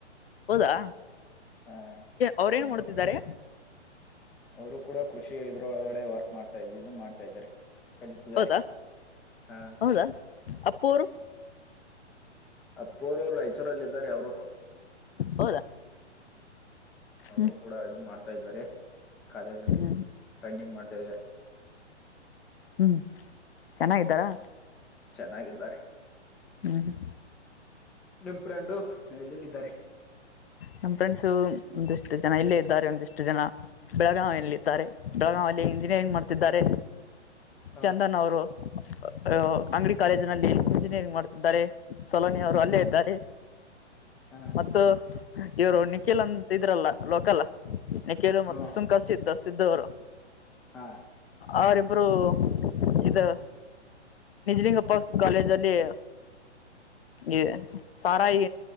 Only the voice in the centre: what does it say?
ಹಾ
ಬೆಂಗಳೂರು
ಅವರು ಕೂಡ ಕೃಷಿ ಇದ್ರೊಳಗಡೆ ವರ್ಕ್ ಮಾಡ್ತಾ ಇದನ್ನು ಮಾಡ್ತಾ ಇದ್ದಾರೆ ಕಲಿತಿದ್ದಾರೆ.
ಹಾ
ಅಪ್ಪರು ರಾಯಚೂರಿನಲ್ಲಿ ಇದ್ದಾರೆ ಅವರು
ಅವರು
ಕೂಡ ಇದು ಮಾಡ್ತಾ ಇದ್ದಾರೆ ಕಾಲೇಜು
ಪೆನ್ನಿಂಗ ಮಾಡ್ತಾ ಇದ್ದಾರೆ
ಚೆನ್ನಾಗಿದ್ದಾರೆ
ನಿಮ್ಮ ಫ್ರೆಂಡು ಎಲ್ಲಿಎಲ್ಲಿದ್ದಾರೆ
ಹಾ
ಹಾ
ಹಾ
ಹಾ
ಹಾ